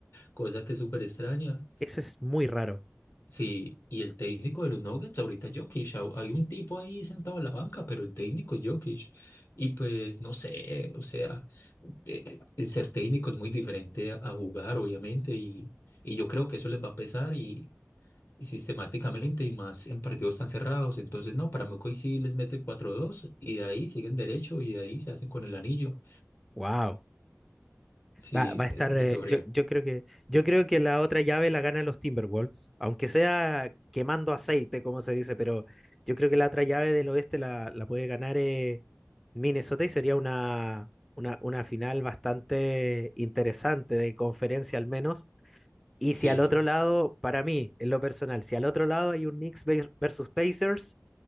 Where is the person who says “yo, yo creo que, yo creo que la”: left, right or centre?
Centre